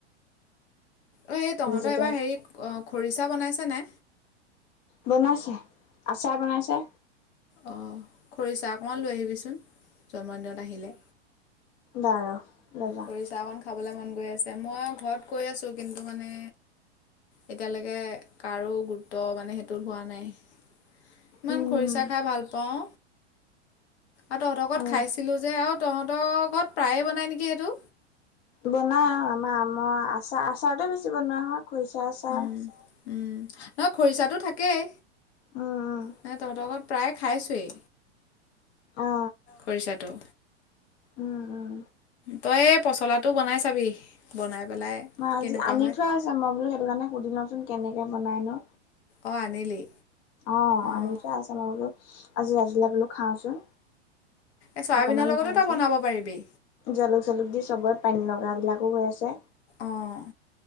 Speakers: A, on the left; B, on the left.
A: অ সেই তহঁতৰ
B: যেতিয়া
A: এবাৰ হেৰি খৰিচা বনাইছে নে
B: বনাইছে আচাৰ বনাইছে
A: অ খৰিচা অকণমান লৈ আহিবিচোন জন্মদিনত আহিলে
B: বাৰু লৈ যাম
A: খৰিচা অকন খাবলে মন গৈ আছে মই ঘৰত কৈ আছোঁ কিন্তু মানে এতিয়ালৈকে কাৰো গুৰুত্ব মানে সেইটোত হোৱা ইমান
B: উম
A: খৰিচা খাই ভাল পাওঁ আৰু তহঁত‌ ঘৰত
B: অ
A: খাইছিলো যে আৰু তহঁত ঘৰত প্ৰায়ে বনাই নেকি এইটো
B: বনাই আৰু আমাৰ আম আচাৰ আচাৰটোৱে বেছি বনোৱা হয় খৰিচা আচাৰ
A: উম নহয় খৰিচাটো থাকেই
B: উম উম
A: তহঁতৰ ঘৰত প্ৰায় খাইচোৱেই
B: অ
A: খৰিচাটো
B: উম উম
A: তই এ পচলাটো বনাই চাবি বনাই পেলাই
B: মই আজি
A: কেনেকুৱা
B: আনি
A: হয়
B: থোৱা আছে মই বোলো সেইটো কাৰণে সুধি লওঁচোন কেনেকে বনাই নো
A: অ আনিলি
B: অহ
A: অঁ
B: আনি থোৱা আছে মই বোলো আজি আজিলৈ বোলো খাওঁচোন
A: এ চয়াবিনৰ
B: অকমান
A: লগতো
B: ভালকে
A: তই বনাব পাৰিবি
B: জালুক চালুক দি চবৰে পানী লগা বিলাকো হৈ আছে
A: অঁ